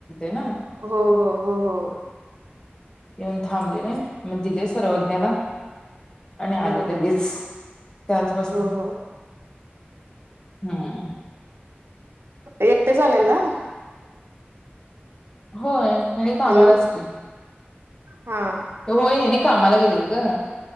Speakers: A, on the left (about 20°); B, on the right (about 80°).
A: ना
B: हो हो हो हो
A: येऊन थांबलेले मग दिले सर्वज्ञाला आणि आले
B: हो
A: लगेच त्याच बसणे
B: हो हो
A: हम्म.
B: एकटेच आलेला?
A: होय. हेनी कामालाच
B: हॅलो
A: की.
B: हा.
A: होय, हेनि कामाला गेलेले ग.